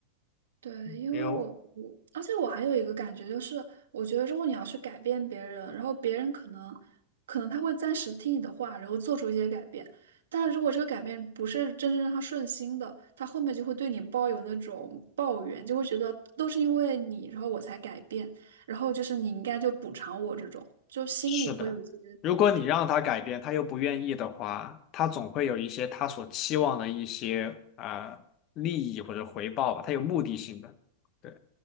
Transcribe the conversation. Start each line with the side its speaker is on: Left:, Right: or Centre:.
Right: 对，
Left: 因为
Right: 因为我我，而且我还有一个感觉就是，我觉得如果你要去改变别人，然后别人可能可能他会暂时听你的话，然后做出一些改变，但如果这个改变不是真正让他顺心的，他后面就会对你抱有那种抱怨，就会觉得都是因为你，然后我才改变，然后就是你应该就补偿我这种，就心里会有一些，
Left: 是的，如果你让他改变，他又不愿意的话，他总会有一些他所期望的一些呃利益或者回报吧，他有目的性的。对，